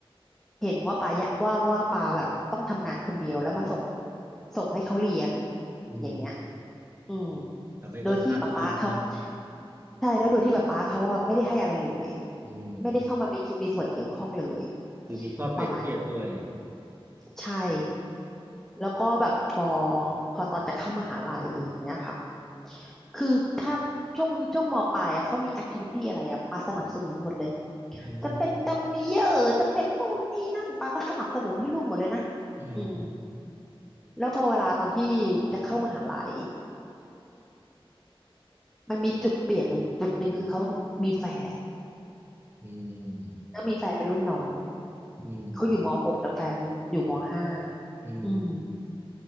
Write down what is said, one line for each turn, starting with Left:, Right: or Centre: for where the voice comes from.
Centre: เห็นว่าปายะว่าว่าปาแบบต้องทำงานคนเดียวแล้วมาส่งส่งให้เขาเรียน
Right: อืม
Centre: อย่างเงี้ย อืม
Right: ทำให้เขาซาบซึ้งมาก
Centre: โดยที่ป๊าป๊าเขาใช่แล้วโดยที่ป๊าป๊าเขาอ่ะไม่ได้ให้อะไรเลย
Right: อืม
Centre: ไม่ได้เข้ามามีมีส่วนเกี่ยวข้องเลย
Right: คือมีข้อเปรียบเทียบด้วยอะ
Centre: ประมาณนี้ใช่แล้วก็แบบพอพอตอนจะเข้ามหาลัยอย่างเงี้ยค่ะคือถ้าช่วงช่วงมปลายอะเขามีแอคทิวิตี้อะไรอะปาสนับสนุนหมดเลย
Right: อืม
Centre: จะเป็นดัมเมเยอร์จะเป็นนู่นนี่นั่นปาก็สนับสนุนให้ลูกหมดเลยนะ
Right: อืม
Centre: อืมแล้วพอเวลาตอนที่จะเข้ามหาลัย มันมีจุดเปลี่ยนอยู่จุดหนึ่งคือเขามีแฟน
Right: อืม
Centre: แล้วมีแฟนเป็นรุ่นน้อง
Right: อืม
Centre: เขาอยู่มหกแต่แฟนอยู่มห้า
Right: อืม
Centre: อืม